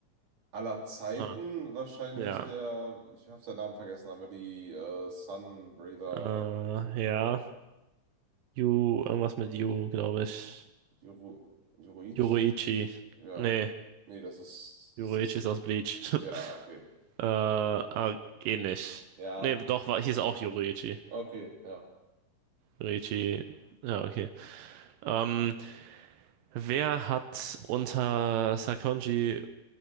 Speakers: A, on the right (about 65°); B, on the right (about 85°).
A: Aller Zeiten
B: Ah,
A: wahrscheinlich
B: ja.
A: der, ich habe seinen Namen vergessen, aber die äh, Sunbreather
B: Äh,
A: äh,
B: ja. Yu, irgendwas mit Yu, glaube ich.
A: Yoru, Yoruichi?
B: Yoruichi.
A: Ja.
B: Nee,
A: Nee, das ist,
B: Yoruichi
A: ist das. ist,
B: ist aus Bleach.
A: Ja,
B: <laughs>
A: okay.
B: Äh, ah, ähnlich.
A: Ja,
B: Nee, doch, war, hieß auch Yoruichi.
A: okay, ja.
B: Yoruichi. Ja, okay. Ähm, wer hat unter Sakonji